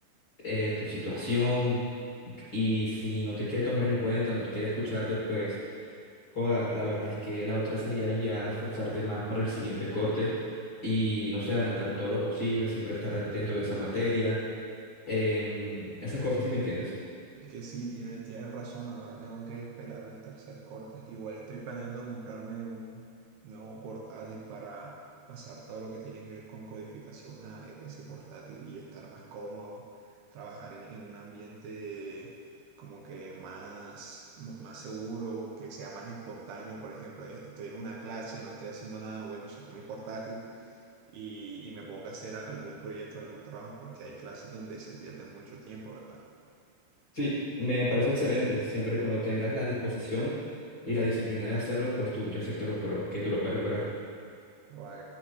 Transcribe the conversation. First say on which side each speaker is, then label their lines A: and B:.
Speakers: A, on the left; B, on the right.
A: eh, tu situación y si no te quiere tomar en cuenta, no te quiere escucharte, pues joda, la verdad es que la otra sería ya esforzarte más para el siguiente corte y no sé, adelantar todo lo posible, siempre estar atento de esa materia, em, esas cosas, ¿sí me entiendes?
B: Es que sí, tiene tienes razón, ahora tengo que esperar el tercer corte. Igual estoy planeando comprarme un nuevo portátil para pasar todo lo que tiene que ver con codificación a e- ese portátil y estar más cómodo, trabajar en, en un ambiente como que más, m- más seguro, que sea más espontáneo. Por ejemplo, eh, estoy en una clase, no estoy haciendo nada, bueno, saco mi portátil y, y me pongo a hacer a- algún proyecto, algún trabajo, porque hay clases donde se pierde mucho tiempo, ¿verdad?
A: Sí, me parece excelente. Siempre y cuando tengas la disposición y la disciplina de hacerlo, pues tú, yo sé que tú lo, pero que tú lo puedes lograr.
B: Guau,